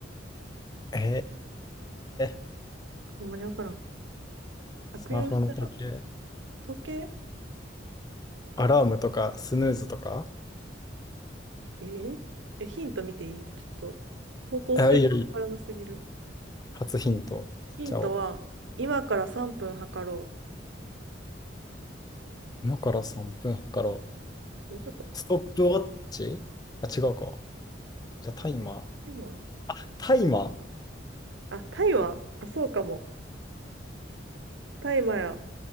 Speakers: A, on the left; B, on the right.
A: えー、
B: ほんまにわからん。悪用したら、
A: スマホの時計、
B: 時計
A: アラームとか、スヌーズとか。
B: えーえ、ヒント見ていいちょっと、方向性がわからなすぎる。
A: あ、いいよいいよ。初ヒント、いっちゃおう。
B: ヒントは、今から3分測ろ
A: 今から3分測ろ
B: う。どういうこと
A: う。ストップウォッチあ、違うか。じゃあ、タイマー。
B: タイマー
A: タイマー
B: あ、タイマーあ、そうかも。タイマーや。